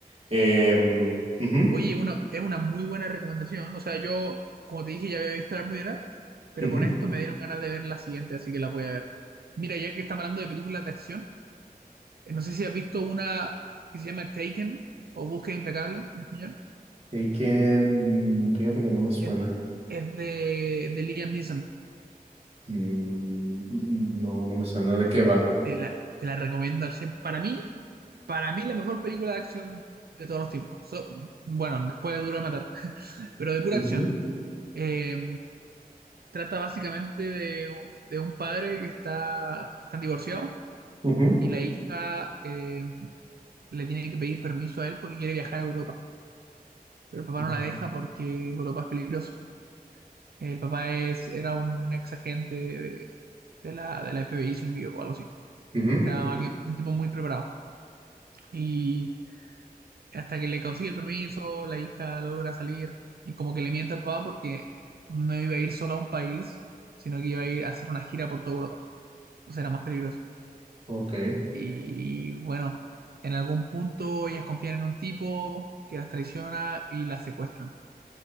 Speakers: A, on the right; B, on the right.
A: Em, ujú,
B: Oye, una, es una muy buena recomendación. O sea, yo, como te dije, ya había visto la primera, pero
A: ujú.
B: con esto me dieron ganas de ver la siguiente, así que la voy a ver. Mira, ya que estamos hablando de películas de acción, eh, no sé si has visto una que se llama Taken o Búsqueda Implacable en español.
A: Y que, mm, fíjate que no me suena.
B: Es, es de, de Liam Neeson.
A: Mm, mm, no, no me suena de qué va.
B: Te la, te la recomiendo al 100. Para mí, para mí la mejor película de acción de todos los tiempos. So- bueno, después de Duro de Matar, <laughs> pero de pura
A: Ujú,
B: acción. Eh, trata básicamente de, de un padre que está, que están divorciados
A: ujú,
B: y la hija eh, le tiene que pedir permiso a él porque quiere viajar a Europa. Pero el papá
A: ujú,
B: no la deja porque Europa es peligroso. El papá es, era un ex agente de, de la, de la FBI, si no me equivoco, algo así.
A: ujú.
B: Era alguien, un tipo muy preparado. y hasta que le consigue el permiso, la hija logra salir y como que le miente al papá porque no iba a ir solo a un país, sino que iba a ir a hacer una gira por toda Europa. Entonces era más peligroso.
A: Ok,
B: Y bueno, en algún punto ellas confían en un tipo que las traiciona y las secuestran